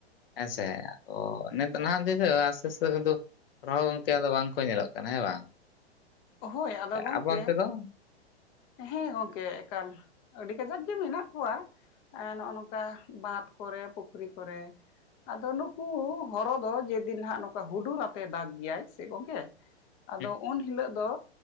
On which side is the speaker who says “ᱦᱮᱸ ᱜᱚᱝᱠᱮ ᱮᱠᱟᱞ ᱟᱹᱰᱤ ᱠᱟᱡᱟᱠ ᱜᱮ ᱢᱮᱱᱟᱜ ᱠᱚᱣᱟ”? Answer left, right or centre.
Left